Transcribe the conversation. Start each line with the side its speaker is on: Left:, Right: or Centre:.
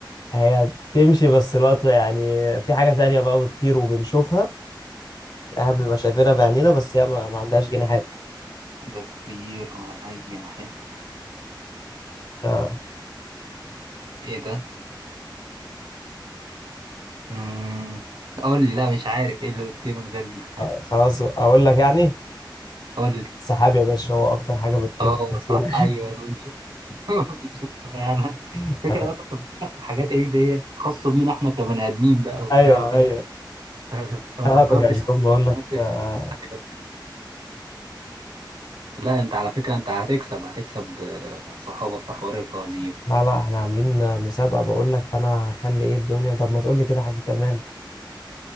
Left: هي تمشي بس الوقت يعني في حاجه تانية بقى بتطير وبنشوفها احنا بنبقى شايفينها بعينينا بس هي ما ما عندهاش جناحات
Right: ده الطير هو ملهاش جناحات
Left: آه
Right: ايه ده مم. قول لي لا مش عارف ايه اللي بيطير من غير جناحات
Left: خلاص اقول لك يعني
Right: قول لي
Left: سحاب يا باشا هو اكتر حاجه بتطير
Right: اه
Left: فينا
Right: صح ايوه بنشوف <laughs> بنشوف فعلا
Left: <laughs>
Right: فكرة انا كنت بفكر في حاجات ايه اللي هي خاصة بينا احنا كبني ادمين بقى وبتاع
Left: ايوه
Right: وكده
Left: ايوه
Right: <laughs> فما
Left: انا
Right: فكرتش
Left: بجهز
Right: خالص
Left: لهم بقول
Right: ان
Left: لك
Right: ممكن
Left: آه،
Right: تستحق. لا انت على فكرة انت هتكسب هتكسب آه، صحابك في حوار الفوازير
Left: لا لا احنا عاملين آه، مسابقه بقول لك فانا هخلي ايه الدنيا طب ما تقول لي كده حاجه كمان